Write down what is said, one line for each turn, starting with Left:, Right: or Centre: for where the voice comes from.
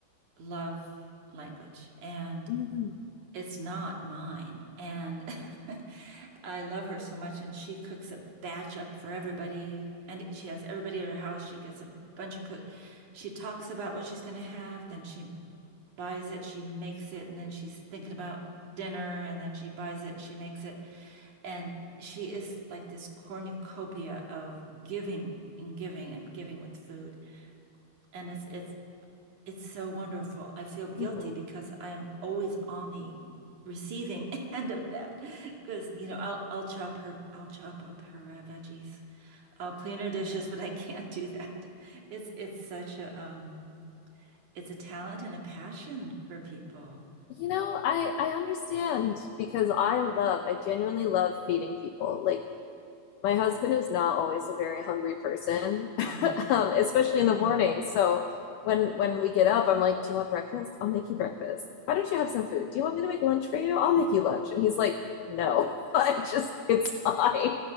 Right: love language and
Left: Mm,
Right: it's not mine. And <laughs> I love her so much. And she cooks a batch up for everybody. And she has everybody at her house. She gets a bunch of cook. She talks about what she's going to have. Then she buys it. She makes it. And then she's thinking about dinner. And then she buys it. She makes it. And she is like this cornucopia of giving and giving and giving with food. And it's, it's, it's so wonderful. I feel guilty
Left: mhm.
Right: because I am always on the receiving <laughs> end of that. Because, you know, I'll I'll chop her, I'll chop up her uh, veggies. I'll clean her dishes, but I can't do that. It's it's such a um it's a talent and a passion for people.
Left: You know, I I understand because I love I genuinely love feeding people. Like my husband is not always a very hungry person,
Right: Um,
Left: <laughs> um, especially in the morning. So when when we get up, I'm like, "Do you want breakfast? I'll make you breakfast. Why don't you have some food? Do you want me to make lunch for you? I'll make you lunch." And he's like, "No, <laughs> I just it's fine."